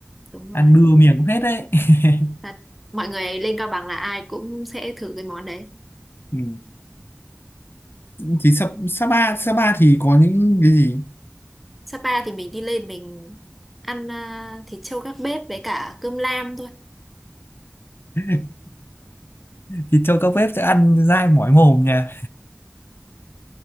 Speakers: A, in the centre; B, on the left.
A: đúng
B: ăn
A: rồi
B: đưa miệng cũng hết đấy <laughs>
A: thật mọi người lên Cao Bằng là ai cũng sẽ thử cái món đấy
B: Ừ. Thì Sa Sapa Sapa thì có những cái gì?
A: Sapa thì mình đi lên mình ăn à, thịt trâu gác bếp với cả cơm lam thôi
B: <laughs> thì cho các bếp sẽ ăn dai mỏi mồm nha